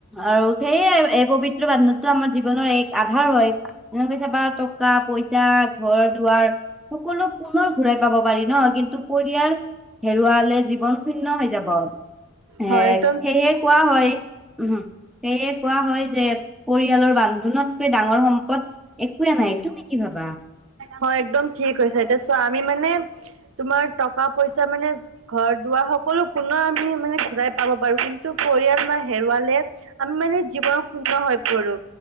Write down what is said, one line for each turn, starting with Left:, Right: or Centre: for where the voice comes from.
Centre: আৰু সেয়ে এই পবিত্ৰ বান্ধোটো আমাৰ জীৱনৰ এক আধাৰ হয় যেনেক কৈ চাবা টকা পইচা ঘৰ দুৱাৰ সকলো পুনৰ ঘূৰাই পাব পাৰি ন কিন্তু পৰিয়াল হেৰুৱালে জীৱন শূণ্য হৈ যাব। এ
Right: হয় একদম
Centre: সেইয়ে কোৱা হয় উম'। সেয়ে কোৱা হয় যে পৰিয়ালৰ বান্ধোনতকৈ ডাঙৰ সম্পদ একোৱে নাই তুমি কি ভাবা?
Right: হয় একদম ঠিক হৈছে এতিয়া চোৱা আমি মানে তোমাৰ টকা পইচা মানে দুৱাৰ সকলো পুনৰ আমি মানে ঘূৰাই পাব পাৰো কিন্তু পৰিয়াল আমাৰ হেৰুৱালে আমি মানে জীৱন শূণ্য হৈ পৰো